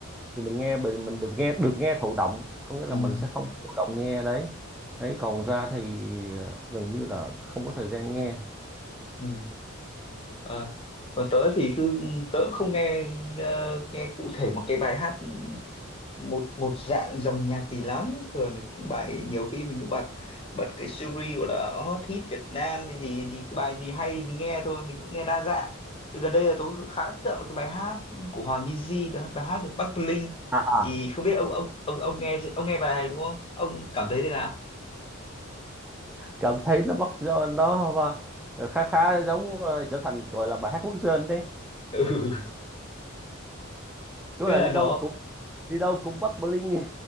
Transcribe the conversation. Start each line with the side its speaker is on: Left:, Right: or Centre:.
Centre: thì mình nghe mình mình đừng nghe được nghe thụ động có nghĩa
Left: ừ
Centre: là mình sẽ không thụ động nghe đấy đấy còn ra thì ờ, gần như là không có thời gian nghe
Left: ừ Ờ, còn tớ thì cứ tớ cũng không nghe ờ, nghe cụ thể một cái bài hát một một dạng dòng nhạc gì lắm thường thì cũng bài nhiều khi mình cũng bật bật cái series gọi là hot hit Việt Nam cái gì thì cái bài gì hay mình nghe thôi mình cũng nghe đa dạng thì gần đây là tôi khá ấn tượng với cái bài hát của Hoàng Mizzy đó là bài hát về Bắc Bling
Centre: à,
Left: thì
Centre: à.
Left: không biết ông ông ông ông nghe ông nghe bài này đúng không ông cảm thấy thế nào
Centre: cảm thấy nó bắt do nó ờ, khá khá giống ờ, trở thành gọi là bài hát quốc dân đấy
Left: <laughs> ừ.
Centre: cứ
Left: tức
Centre: là
Left: là
Centre: đi
Left: nó
Centre: đâu cũng đi đâu cũng bắt bling